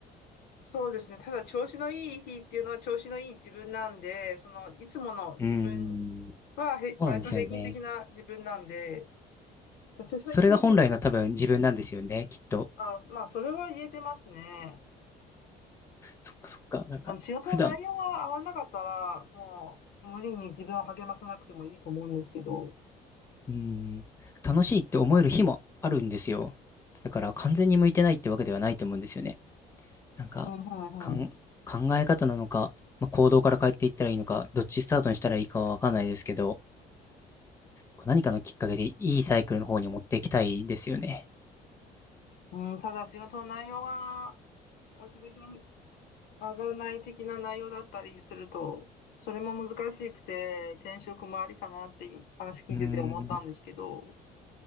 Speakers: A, on the left (about 70°); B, on the left (about 15°).
A: そうですね。ただ、調子のいい日っていうのは調子のいい自分なんで、その、いつもの自分
B: うーん。
A: は、へ、
B: そうなんですよね。
A: 割と平均的な自分なんで、調子のいい時に、
B: それが本来の多分自分なんですよね、きっと。
A: あ、まあ、それは言えてますね。
B: そっかそっか。なんか、
A: まあ、仕事の内容が合わなかったら、
B: 普段
A: もう、無理に自分を励まさなくてもいいと思うんですけど。
B: うん、楽しいって思える日もあるんですよ。だから完全に向いてないってわけではないと思うんですよね。なんか、
A: うん、うん、
B: かん、
A: うん。
B: 考え方なのか、まあ、行動から変えていったらいいのか、どっちスタートにしたらいいかはわかんないですけど、こう何かのきっかけでいいサイクルの方に持っていきたいですよね。
A: うん、ただ、仕事の内容が、モチベーション上がらない的な内容だったりすると、それも難しくて、転職もありかなって話聞いてて思ったんですけど、
B: うーん、